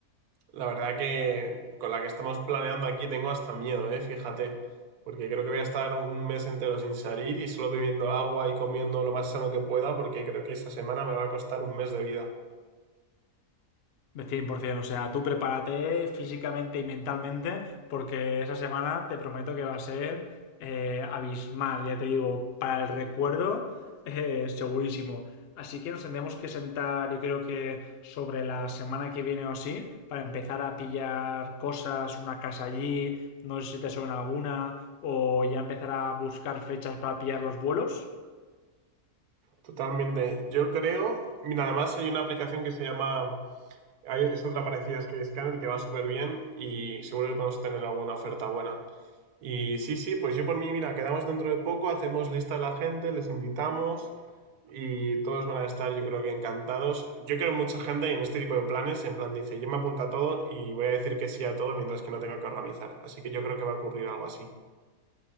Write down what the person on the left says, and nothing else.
De cien O sea, tú prepárate físicamente y mentalmente porque esa semana te prometo que va a ser eh, abismal. Ya te digo, para el recuerdo, eh, segurísimo. Así que nos tendremos que sentar, yo creo que sobre la semana que viene o así, para empezar a pillar cosas, una casa allí, no sé si te suena alguna, o ya empezar a buscar fechas para pillar los vuelos.